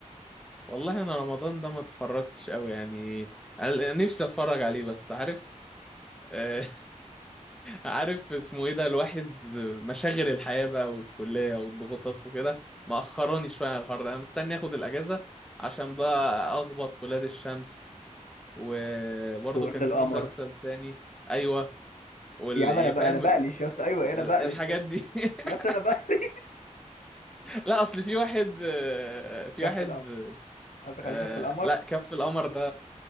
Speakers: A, in the centre; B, on the left (about 85°).
A: والله انا رمضان ده ما اتفرجتش قوي يعني انا نفسي اتفرج عليه بس عارف <laughs> آه، عارف اسمه ايه ده الواحد مشاغل الحياة بقى والكلية والضغوطات وكده مأخراني شوية على الحوار ده انا مستني اخد الاجازة عشان بقى اخبط ولاد الشمس وبرضه
B: وولاد
A: كان
B: القمر
A: في مسلسل تاني ايوه وال...
B: يا عم
A: يعني
B: انا بقى
A: فاهم
B: انا بقلش
A: ال-
B: يا اسطى ايوه
A: ال-
B: انا بقلش
A: الحاجات
B: يا اسطى
A: دي <laughs>
B: يا اسطى انا بقلش
A: لا اصل في واحد آه،
B: <laughs>
A: في
B: كف
A: واحد
B: القمر قصدك
A: آه
B: على كف القمر
A: لا كف القمر ده